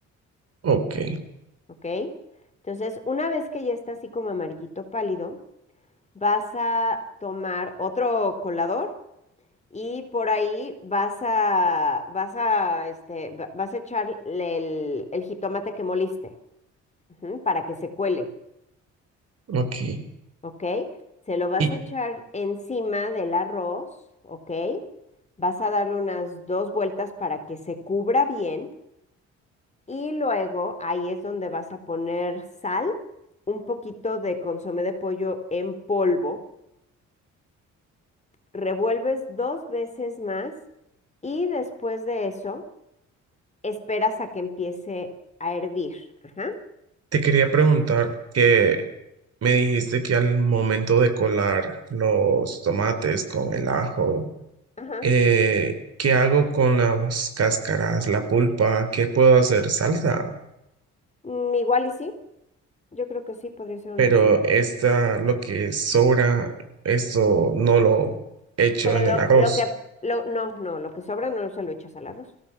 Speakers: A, on the right; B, on the left.
A: Ok.
B: ¿ok? Entonces, una vez que ya está así como amarillito pálido, vas a tomar otro colador y por ahí vas a, vas a, este, va- vas a echar el, el jitomate que moliste, ujú, para que se cuele,
A: Ok.
B: ¿ok? Se lo vas
A: Y
B: a echar encima del arroz, ¿ok? Vas a darle unas dos vueltas para que se cubra bien. Y luego ahí es donde vas a poner sal, un poquito de consomé de pollo en polvo, revuelves dos veces más y después de eso esperas a que empiece a hervir. Ajá,
A: te quería preguntar que me dijiste que al momento de colar los tomates con el ajo,
B: ajá.
A: eh, ¿qué hago con las cáscaras, la pulpa? ¿Qué puedo hacer? Salsa.
B: Mm, igual y sí, yo creo que sí podría ser una
A: Pero
B: opción.
A: esta, lo que sobra, esto no lo echo
B: Pero
A: en
B: lo,
A: el arroz.
B: lo que, lo- no, no, lo que sobra no se lo echas al arroz.